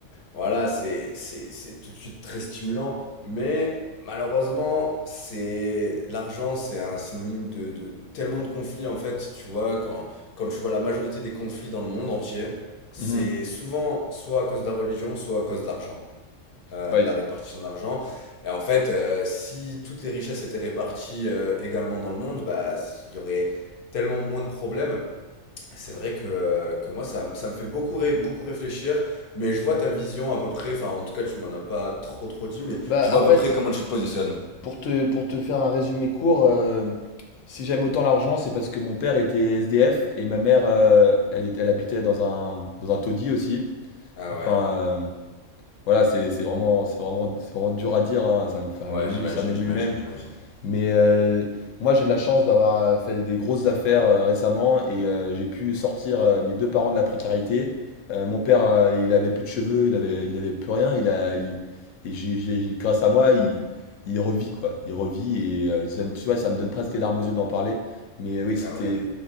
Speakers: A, on the left; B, on the left.
A: voilà, c'est, c'est, c'est tout de suite très stimulant, mais malheureusement, c'est, l'argent, c'est un synonyme de, de tellement de conflits, en fait, tu vois, quand, quand tu vois la majorité des conflits dans le monde entier, c'est
B: Mhm.
A: souvent soit à cause de la religion, soit à cause de l'argent, euh,
B: Ouais.
A: de la répartition de l'argent. Et en fait, euh, si toutes les richesses étaient réparties euh, également dans le monde, bah, il y aurait tellement moins de problèmes c'est vrai que, euh, que moi, ça, ça me fait beaucoup, ré- beaucoup réfléchir, mais je vois ta vision à peu près, enfin en tout cas tu m'en as pas trop trop dit, mais
B: Bah,
A: Je vois
B: en
A: à
B: fait,
A: peu près comment tu te positionnes.
B: pour te, pour te faire un résumé court, euh, si j'aime autant l'argent, c'est parce que mon père était SDF et ma mère, euh, elle, est- elle habitait dans un, dans un taudis aussi.
A: ah
B: Enfin,
A: ouais,
B: euh, Voilà, c'est c'est vraiment, c'est vraiment, c'est vraiment dur à dire, hein. Ça me fait, ça
A: Ouais,
B: m'émue
A: j'imagine,
B: ça m'émue
A: j'imagine,
B: même.
A: j'imagine.
B: Mais euh, moi, j'ai de la chance d'avoir euh, fait des grosses affaires euh, récemment et euh, j'ai pu sortir euh, mes deux parents de la précarité. Euh, mon père, euh, il avait plus de cheveux, il avait, il avait plus rien. Il a, il- et j'ai, j'ai- grâce à moi, il, il revit quoi. Il revit et euh, ça me- tu vois, ça me donne presque des larmes aux yeux d'en parler. Mais euh, oui, c'était,
A: ah ouais,